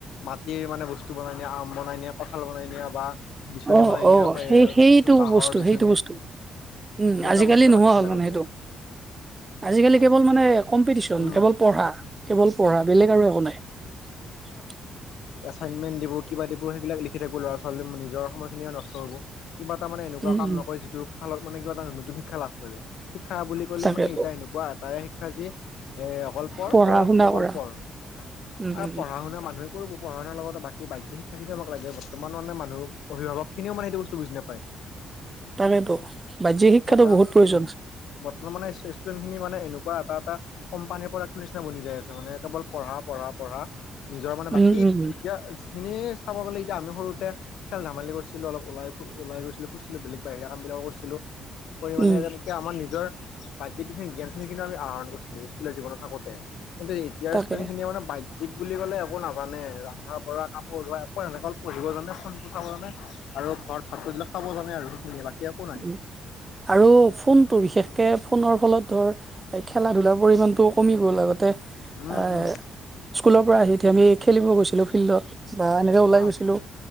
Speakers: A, on the left; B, on the right.
A: মাটিৰ মানে বস্তু বনাই নিয়া আম বনাই নিয়া কঁঠাল বনাই নিয়া বা বিচনী
B: অ
A: বনাই নিয়া
B: অ সেই
A: এ
B: সেইটো
A: বাঁহৰ
B: বস্তু
A: বিচনী
B: সেইটো বস্তু উম
A: সেনেকুৱা
B: আজিকালি
A: বস্তু আমাক
B: নোহোৱা
A: দিছিল
B: হ'ল
A: আগতে
B: মানে সেইটো আজিকালি কেৱল মানে কম্পিটিশন
A: উম
B: কেৱল পঢ়া কেৱল পঢ়া বেলেগ আৰু একো নাই উ <inaudible>
A: এচাইনমেন্ট দিব কিবা দিব সেই এইবিলাক লিখি থাকিব ল'ৰা ছোৱালী নিজৰ সময়খিনিয়ে নষ্ট হব কিবা এটা মানে এনেৱা
B: উম,
A: কাম
B: উম,
A: নকৰে যিটো ভালত মানে কিবা এটা নতুন শিক্ষা লাভ কৰে। শিক্ষা বুলি ক'লে
B: তাকেতো
A: মানে এ এনেকুৱা এটাই শিক্ষা যে, এ অকল পঢ়-
B: পঢ়া
A: পঢ়,
B: শুনা
A: কেৱল
B: কৰা।
A: পঢ়।
B: উম,
A: আৰু
B: উম, উম,
A: পঢ়া শুনা মানুহে পঢ়া শুনাৰ লগতে বাহ্যিক শিক্ষা খিনি অলপ লাগে। বৰ্তমান মানুহ অভিভাৱকখিনিও সেইটো বস্তু বুজি নাপায়।
B: তাকেতো বাহ্যিক শিক্ষাটো
A: হয়,
B: বহুত প্ৰয়োজন
A: উম, বতা- বৰ্তমান মানে <unintelligible> সেইখিনি মানে এনেকুৱা এটা এটা কোম্পানীৰ প্ৰডাক্ট নিচিনা বনি যায়। অকল মানে কেৱল পঢ়া- পঢ়া- পঢ়া। নিজৰ মানে
B: উম,
A: বাকী
B: উম, উম,
A: এতিয়া যিখিনি চাব গ'লে এতিয়া আমি সৰুতে খেল- ধেমালি কৰিছিলোঁ অলপ ওলাই। ওলাই গৈছিলোঁ, কৰিছিলোঁ, বেলেগ বাহিৰা কাম বিলাকো কৰিছিলোঁ, পৰিমাণে
B: উম,
A: তেনেকে আমাৰ নিজৰ যি কিন জ্ঞান খিনি আমি আহৰণ কৰিছিলোঁ, স্কুল জীৱনত থাকোঁতে। কিন্ত এতিয়া
B: তাকে
A: ষ্টুডেণ্টখিনি মানে বাধ্য জীৱ বুলি ক'লে একো নাজানে, ৰন্ধা বঢ়া কাপোৰ ধোৱা একো সেনেকে পঢ়িব জানে, ফোনটো চাব জানে। আৰু ঘৰত ভাত বিলাক খাব জানে আৰু। সেইখিনিয়ে বাকী একো নাই।
B: উম, আৰু ফোনটো বিশেষকৈ ফোনৰ ফলত ধৰ, এই খেলা- ধূলাৰ পৰিমাণটো কমি গ'ল। আগতে এ,
A: উম উম
B: স্কুলৰ পৰা আহি কেনে আমি খেলিব গৈছিলোঁ ফিল্ডত। বা এনেকৈ ওলাই
A: অ
B: গৈছিলোঁ।